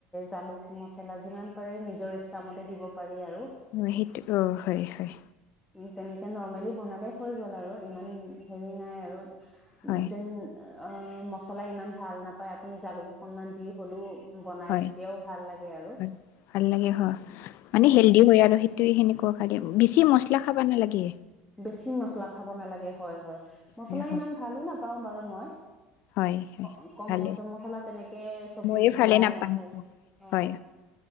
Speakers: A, in the centre; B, on the left.
A: জালুক মছলা যিমান পাৰে নিজৰ ইচ্ছামতে দিব পাৰি আৰু।
B: অঁ, সেইটো অ' হয় হয়।
A: উ তেনেকে নৰ্মেলি বনালে হৈ গ'ল আৰু ইমান হেৰি নাই আৰু
B: হয়
A: যেন অঁ মচলা ইমান ভাল নাপায় আপুনি জালুক অকনমান দি হ'লেও বনাই
B: হয়
A: তেতিয়াও ভাল লাগে আৰু
B: হয় ভাল লাগে, হ মানে
A: অ
B: হেলডি হয় আৰু স ত এই সেনেকুৱা খাইয়ে বেছি মছলা খাবা নালাগে।
A: বেছি মছলা খাব নালাগে হয় হয়। মছলা
B: হয় হয়
A: ইমান ভালো নাপাওঁ বাৰু মই।
B: হয় হয়
A: ক কম
B: ভালে
A: মচ মছলা তেনেকে চবজিত
B: ময়ো ভালে
A: দিয়া
B: নাপাওঁ
A: নহয়। অ অ
B: হয়।